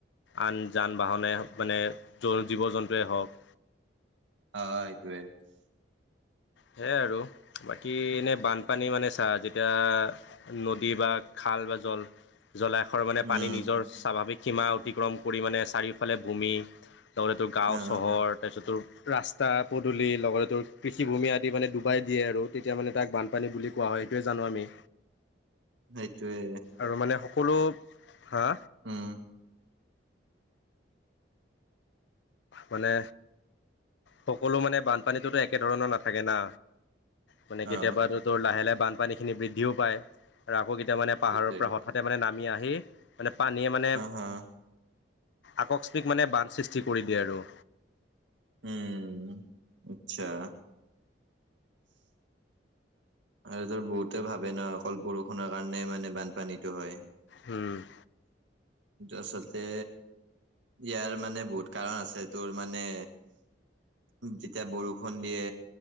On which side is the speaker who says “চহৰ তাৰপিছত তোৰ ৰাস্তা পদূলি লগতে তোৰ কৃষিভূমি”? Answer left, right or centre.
Left